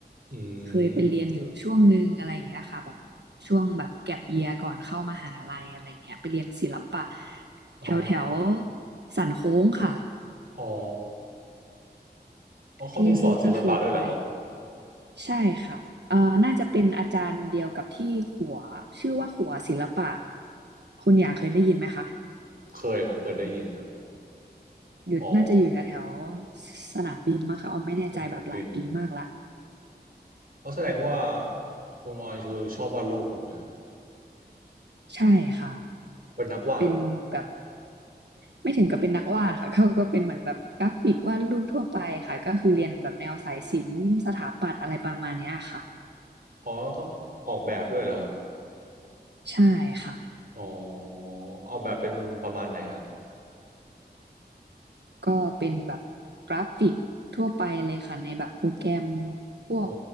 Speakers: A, on the right; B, on the right.
A: อื
B: เคยไปเรียนอยู่ช่วงหนึ่งอะไรอย่างเงี้ยค่ะแบบ
A: ม
B: ช่วงแบบแก็ปเยียก่อนเข้ามหาลัยอะไรเงี้ยไปเรียนศิลปะแถวแถว
A: อ๋อ
B: สันโค้งค่ะ
A: อ๋อ อ๋อเขามีสอนศิลปะด้วยเหรอครับ
B: ที่ที่ที่เคยไป ใช่ค่ะเอ่อน่าจะเป็นอาจารย์เดียวกับที่ขัว ชื่อว่าขัวศิลปะ คุณหยากเคยได้ยินไหมคะ
A: เคยครับเคยได้ยินครับ
B: อยู่น่าจะอยู่แถวแถว
A: อ๋อ
B: สนามบินมั้งคะออมไม่แน่ใจแบบหลายปีมากละ
A: สนามบินอาะแสดงว่าคุณออยคือชอบวาดรูปถูกไหมครับ
B: ใช่ค่ะ
A: เป็นนักวาดเหรอครับ
B: เป็นแบบไม่ถึงกับเป็นนักวาดค่ะ <laughs> เขาก็เป็นเหมือนแบบกราฟิกวาดรูปทั่วไปค่ะ ก็คือเรียนแบบแนวสายศิลป์สถาปัตย์อะไรประมาณเนี้ยค่ะ
A: อ๋อก็ออกแบบด้วยเหรอครับ
B: ใช่ค่ะ
A: อ๋อเอาแบบเป็นประมาณไหนฮะ
B: ก็เป็นแบบกราฟิกทั่วไปเลยค่ะในแบบโปรแกรมพวก
A: อ๋อ